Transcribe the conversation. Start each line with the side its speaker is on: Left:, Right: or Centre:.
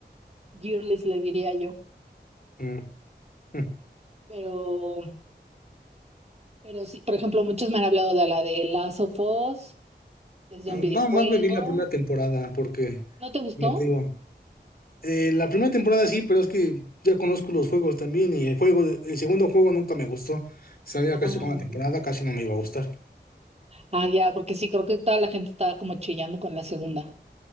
Right: girlies, le diría yo.
Left: Mm, mm.
Right: Pero, pero sí, por ejemplo, muchos me han hablado de la de Last of Us, desde
Left: Ah,
Right: un videojuego.
Left: Nada más me vi la primera temporada porque,
Right: ¿No te gustó?
Left: no te digo, eh, la primera temporada sí, pero es que ya conozco los juegos también y el juego, el segundo juego nunca me gustó. Sabía
Right: Ah,
Left: que la segunda temporada casi no me iba a gustar. <laughs>
Right: ah, ya, porque sí, creo que toda la gente estaba como chillando con la segunda.